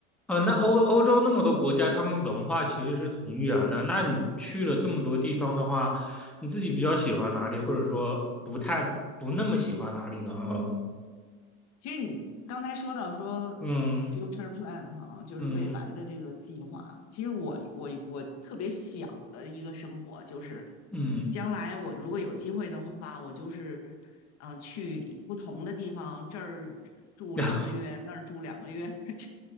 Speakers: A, in the centre; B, on the left.
A: 呃，
B: 嗯，
A: 那欧欧洲那么多国家，他们文化其实是同源的。那你去了这么多地方的话，你自己比较喜欢哪里，或者说不太不那么喜欢哪里呢？嗯
B: 其实你刚才说到说
A: 嗯
B: future plan 哈，就是未来的这个计划。
A: 嗯
B: 其实我我我特别想的一个生活就是，
A: 嗯。
B: 将来我如果有机会的话，我就是嗯、呃去不同的地方，这儿住两个月，
A: 嗯 <laughs>
B: 那儿住两个月，<laughs> 这样